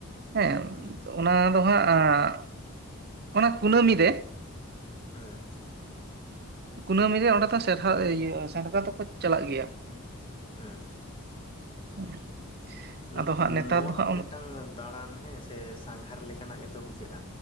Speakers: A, on the right; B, on the left.
A: ᱦᱮᱸ,
B: ᱦᱩᱸ
A: ᱚᱱᱟ ᱫᱚ ᱦᱟᱸᱜ-ᱟ, ᱚᱱᱟ ᱠᱩᱱᱟᱹᱢᱤ ᱨᱮ
B: ᱦᱮᱸ
A: ᱠᱩᱱᱟᱹᱢᱤ ᱨᱮ ᱚᱸᱰᱮ ᱫᱚ ᱥᱮᱦᱨᱟ <unintelligible> ᱥᱮᱸᱫᱽᱨᱟ ᱫᱚᱠᱚ ᱪᱟᱞᱟᱜ ᱜᱮᱭᱟ᱾
B: ᱦᱮᱸ
A: <inaudible>
B: ᱱᱚ-ᱱᱚ
A: ᱟᱫᱚ ᱦᱟᱸᱜ ᱱᱮᱛᱟᱨ
B: ᱱᱚᱣᱟ
A: ᱫᱚ
B: ᱦᱚᱸᱛᱚ
A: ᱦᱟᱸᱜ
B: ᱢᱮᱫᱴᱟᱝ ᱫᱟᱬᱟᱱ ᱦᱮᱸ ᱥᱮ ᱥᱟᱸᱜᱷᱟᱨ ᱞᱮᱠᱟᱱᱟᱜ ᱜᱮᱛᱚ ᱵᱩᱡᱷᱟᱹᱜᱼᱟ,